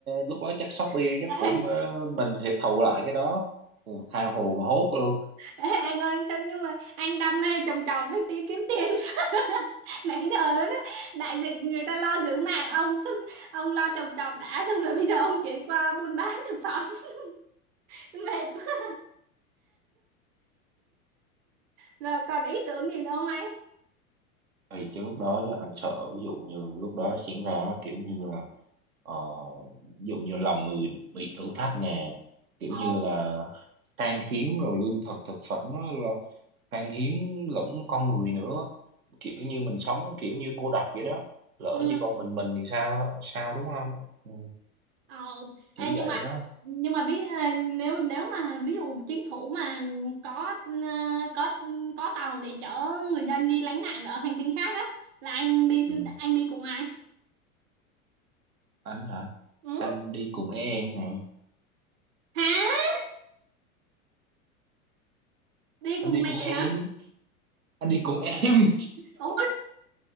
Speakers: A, on the right (about 70°); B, on the right (about 30°).
A: lúc đó chắc Shopee
B: <laughs>
A: chắc cũng ờ, mình sẽ thầu lại cái đó Ồ, tha hồ mà hốt luôn
B: Ê, anh ơi sao nhưng mà anh đam mê trồng trọt với tí kiếm tiền <laughs> nãy giờ đó đó, đại dịch người ta lo giữ mạng ông sức ông lo trồng trọt đã xong rồi bây giờ ông chuyển qua buôn bán thực phẩm <laughs> mệt quá rồi còn ý tưởng gì nữa không anh
A: Thì chứ lúc đó chứ anh sợ ví dụ như lúc đó diễn ra kiểu như là ờ, ví dụ như lòng người bị thử thách nè kiểu
B: ồ
A: như là khan hiếm rồi lương thực thực phẩm nó là khan hiếm lẫn con người nữa kiểu như mình sống kiểu như cô độc vậy đó lỡ
B: ừ
A: chỉ còn mình mình thì sao sao đúng không ừ,
B: ồ ê
A: kiểu
B: nhưng
A: vậy
B: mà
A: đó
B: nhưng mà ví ờ, nếu nếu mà ví dụ chính phủ mà có ờ, có có tàu để chở người dân đi lánh nạn ở hành tinh khác á là anh đi
A: ừ.
B: anh đi cùng ai
A: anh hả
B: ừ
A: anh đi cùng em nè
B: hả đi
A: anh
B: cùng
A: đi cùng
B: mẹ
A: em
B: hả?
A: anh đi cùng em <laughs>
B: ủa